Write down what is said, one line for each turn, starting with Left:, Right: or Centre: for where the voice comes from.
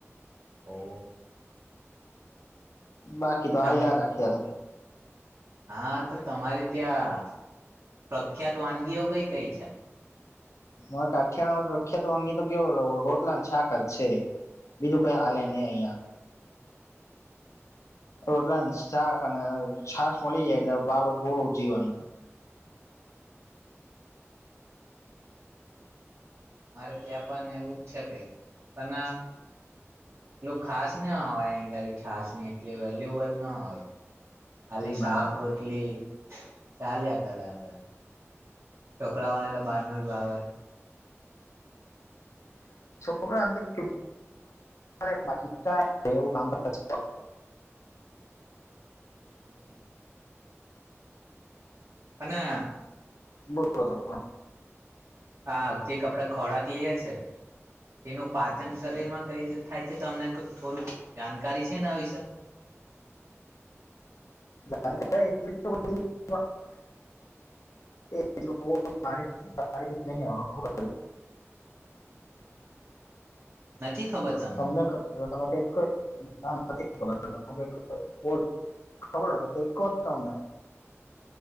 Right: ઓ
Left: બાકી તો
Right: તમ
Left: હાયલા રાખીએ
Right: હા તો તમારી ત્યાં પ્રખ્યાત વાનગીઓ કઈ-કઈ છે?
Left: અમાર કાઠિયાવાડ ન પ્રખ્યાત વાનગી તો કેવો રોટલા ન શાક જ છે. બીજું કંઈ હાલે નહીં અહીંયા. રોટલા ન સાક અને છાસ મલી જાય, એટલે આપડું પૂરું જીવન.
Right: અમારે ત્યાં પણ એવું જ છે કઈ પન એટલું ખાસ ના હોય અહી ગરી છાસની એટલી વેલ્યુબલ ના હોય. ખાલી
Left: બરાબર
Right: શાક રોટલી ચાલ્યા કરે હવે છોકરાઓને તો બારનુ જ ભાવે.
Left: <unintelligible> કે <inaudible> બાકી થાય એવું કામકાજ
Right: હમ્મ. અને
Left: બોલો તમે
Right: હા જે આપડે ખોરાક લીએ છે તેનું પાચન શરીરમાં કઈ રીતે થાય છે તો તમને થોડુંક જાણકારી છે એના વિશે?
Left: <unintelligible> તમને <unintelligible> તમને કઈ કઈ
Right: નથી ખબર તમને
Left: <inaudible> <unintelligible> ખબર હોય તો કઈક કો તમે.